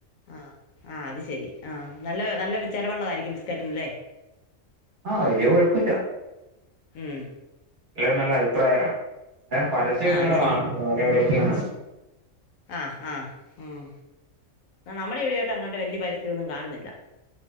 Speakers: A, on the left (about 85°); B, on the right (about 45°).
A: ആഹ് ആ അത് ശരി ആഹ് നല്ല നല്ല ചിലവുള്ളതായിരിക്കും ബിസ്കറ്റിനല്ലേ.
B: ആഹ വലിയ കൊഴപ്പില്ല
A: ഉം
B: എല്ലാം നല്ല അഭിപ്രായമാണ്. പിന്നെ പരസ്യംഒക്കെഇങ്ങനെ
A: ആഹ് അത് ശരി
B: കാണാം എവിടേം ഇവിടെയൊക്കെ കാണാം.
A: ആഹ് ആഹ് ഉം നമ്മുടെ ഇവിടോട്ട് അങ്ങോട്ട് വലിയ പരസ്യ പരസ്യം ഒന്നും കാണുന്നില്ല...